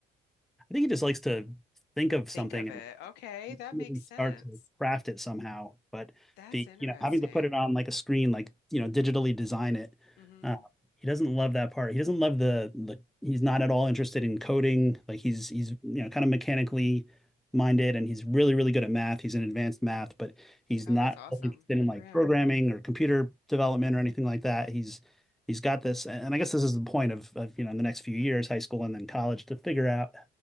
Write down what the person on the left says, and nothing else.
think of
it. Okay, that
makes sense.
That's
interesting.
hmm
Oh,
that's awesome.
Good
for him.